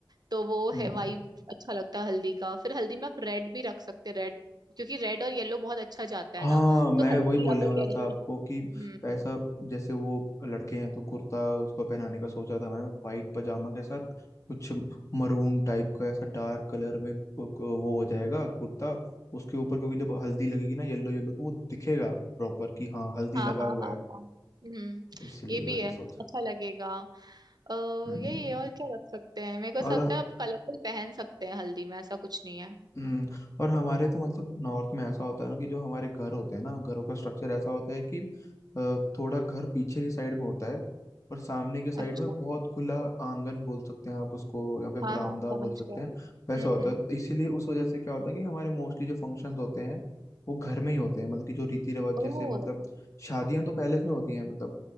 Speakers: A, on the right; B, on the left.
A: तो वो
B: हम्म
A: है वाइब अच्छा लगता है हल्दी का फिर हल्दी में आप रेड भी रख सकते हैं रेड क्योंकि रेड और येलो बहुत अच्छा जाता है
B: हाँ
A: ना
B: मैं
A: तो हल्दी
B: वही बोलने
A: अगर
B: वाला
A: येलो
B: था आपको
A: हम्म
B: कि पैसा
A: हम्म।
B: जैसे वो लड़के हैं तो कुर्ता उसको पहनाने का सोचा था मैं वाइट पजामा के साथ कुछ मरून टाइप का ऐसा डार्क कलर में को- को- वो हो जाएगा कुर्ता उसके ऊपर क्योंकि जब हल्दी लगेगी ना येलो येलो तो वो दिखेगा प्रॉपर कि हाँ हल्दी
A: हाँ
B: लगा
A: हाँ
B: हुआ
A: हाँ
B: है
A: हाँ हम्म
B: इसलिए
A: ये भी
B: वैसा
A: है
B: सोच रहा
A: अच्छा लगेगा अ,
B: हम्म
A: यही है और क्या रख सकते हैं मेरे को ऐसा
B: और
A: लगता है आप कलरफुल पहन सकते हैं हल्दी में ऐसा कुछ नहीं है
B: हम्म, और हमारे तो मतलब नॉर्थ में ऐसा होता है ना कि जो हमारे घर होते हैं ना घरों का स्ट्रक्चर ऐसा होता है कि अ, थोड़ा घर पीछे की साइड में होता है और सामने की साइड
A: अच्छा
B: में बहुत खुला आंगन बोल सकते हैं आप उसको या फिर
A: हाँ
B: बरामदा
A: हाँ समझ
B: बोल सकते
A: गया
B: हैं
A: हम्म
B: वैसा होता
A: हम्म
B: है तो इसीलिए उस वजह से क्या होता है कि हमारे मोस्टली जो फंक्शंस होते हैं वो घर में ही होते हैं मतलब कि जो रीति रिवाज
A: ओह
B: जैसे मतलब शादियां तो पैलेस में होती हैं मतलब